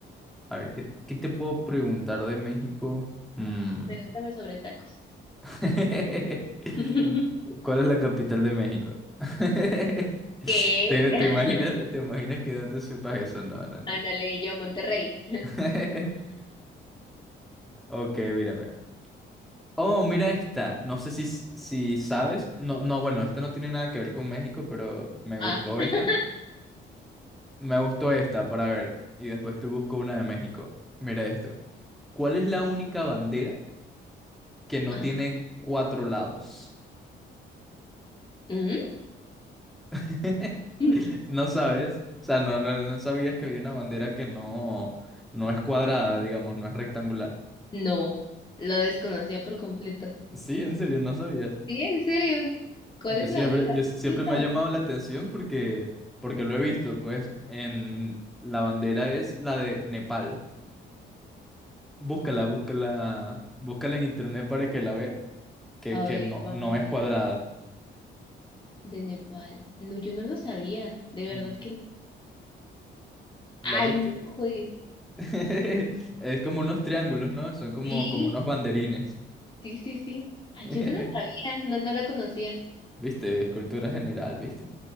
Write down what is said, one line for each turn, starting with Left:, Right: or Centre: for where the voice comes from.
Centre: A ver, ¿qué, qué te puedo preguntar de México? Mm.
Left: Pregúntame sobre tacos.
Centre: <laughs>
Left: <laughs>
Centre: ¿Cuál es la capital de México? <laughs>
Left: ¿Qué?
Centre: ¿Te,
Left: <laughs>
Centre: te imaginas, te imaginas que no te sepas eso? No, no, no,
Left: Ándale, yo Monterrey.
Centre: no. <laughs> Ok, mira, mira. Oh, mira esta. No sé si, s- si sabes. No, no, bueno, esta no tiene nada que ver con México, pero me gustó
Left: Ah. <laughs>
Centre: esta. Me gustó esta para ver. Y después te busco una de México. Mira esto. ¿Cuál es la única bandera que no
Left: Ajá.
Centre: tiene cuatro lados?
Left: ¿Mm?
Centre: <laughs>
Left: <laughs>
Centre: No sabes. O sea, no, no, no sabías que había una bandera que no, no es cuadrada, digamos, no es rectangular.
Left: No, lo desconocía por completo.
Centre: Sí, en serio, no sabías.
Left: Sí, en serio. ¿Cuál
Centre: Yo
Left: es
Centre: siempre,
Left: la única?
Centre: yo siempre
Left: ¿Cuál es
Centre: me
Left: la bandera?
Centre: ha llamado la atención porque, porque lo he visto, pues, en la bandera es la de Nepal. Búscala, búscala, búscala en internet para que la veas, que,
Left: A
Centre: que
Left: ver,
Centre: no,
Left: bandera
Centre: no es cuadrada.
Left: de Nepal. No, yo no lo sabía. De verdad
Centre: Mm,
Left: que no.
Centre: ¿La
Left: Ay,
Centre: viste?
Left: no juegues.
Centre: <laughs> Es como unos triángulos, ¿no? Son como,
Left: Sí,
Centre: como unos banderines.
Left: sí, sí, sí. Ay,
Centre: <laughs>
Left: yo no lo sabía. No, no la conocía.
Centre: ¿Viste? Escultura general, ¿viste?